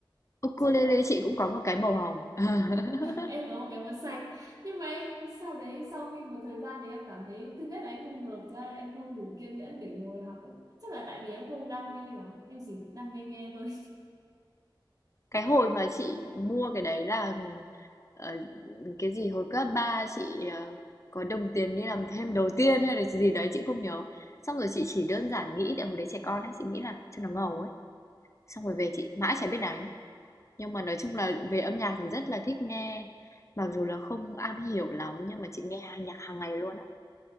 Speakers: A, on the left; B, on the right.
A: Ukulele
B: chị có
A: chị cũng có một cái màu hồng. <laughs>
B: <laughs> em có một cái màu xanh nhưng mà em sau đấy sau khi một thời gian thì em cảm thấy thứ nhất là em không hợp thứ hai là em không đủ kiên nhẫn để ngồi học ấy. chắc là tại vì em không đam mê lắm em chỉ đam mê nghe thôi
A: Cái hồi mà chị mua cái đấy là ờ, cái gì hồi cấp 3 chị ờ, có đồng tiền đi làm thêm đầu tiên hay là gì đấy chị không nhớ. Xong rồi chị chỉ đơn giản nghĩ tại hồi đấy trẻ con ấy, chị nghĩ là cho nó ngầu ấy. Xong rồi về chị mãi chả biết đánh. Nhưng mà nói chung là về âm nhạc thì rất là thích nghe, mặc dù là không am hiểu lắm nhưng mà chị nghe hàng nhạc hàng ngày luôn á.